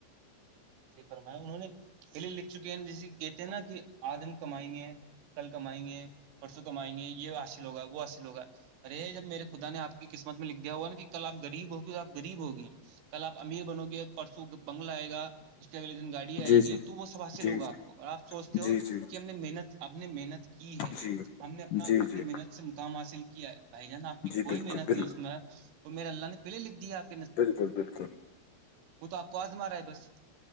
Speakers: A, on the right; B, on the left.
A: فرمایا انہوں نے پہلے لکھ چکے ہیں جسے کہتے ہیں نا کہ آدم کمائیں گے کل کمائیں گے پرسوں کمائیں گے یہ حاصل ہوگا وہ حاصل ہوگا ارے جب میرے خدا نے آپ کی قسمت میں لکھ دیا ہوا نا کہ کل آپ غریب ہوگی تو آپ غریب ہوگی کل آپ امیر بنو گے پرسوں بنگلہ آئے گا اس کے الے دن گاڑی آئے
B: جی
A: گی
B: جی
A: تو وہ سبا لوگا
B: جی جی
A: آ کو آپ سوچتے
B: جی
A: ہو
B: جی
A: کہ ہم نے محنت آپ نے محنت کی
B: جی
A: ہے ہم نے اپنا
B: جی
A: اپنی
B: جی
A: محنت سے مقام حاصل کیا ہے بھائی جان آپ کی
B: جی
A: کوئی
B: بالکل
A: محنت نہیں
B: بالکل
A: اس میں اور میر اللہ نے پہل لکھ دییاپ
B: بالکل بالکل
A: وہ تو آپ کو آز مارا ہے بس